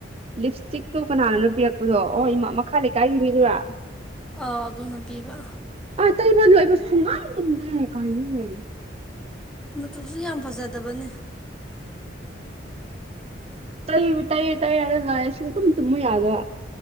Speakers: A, on the right (about 35°); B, in the centre.
A: ꯂꯤꯞꯁꯇꯤꯛꯇꯨ ꯀꯅꯥꯅꯣ ꯂ ꯄꯤꯔꯛꯄꯗꯣ ꯑꯣ ꯏꯃꯥ ꯃꯈꯥ ꯂꯩꯀꯥꯏꯒꯤ ꯃꯤꯗꯨꯔꯥ
B: ꯑꯥꯎ ꯑꯗꯨꯅ ꯄꯤꯕ
A: ꯇꯇꯩ ꯃꯗꯨ ꯑꯕꯨ ꯁꯨꯡꯉꯜꯗꯦ ꯀꯩꯅꯅ
B: ꯃꯇꯆꯨꯁꯨ ꯌꯥꯝ ꯐꯖꯗꯕꯅꯦ
A: ꯇꯩ ꯇꯩꯨ ꯇꯩꯔ ꯂꯔꯦ ꯁꯨꯝ ꯇꯨꯝ ꯇꯨꯝꯃ ꯌꯥꯗ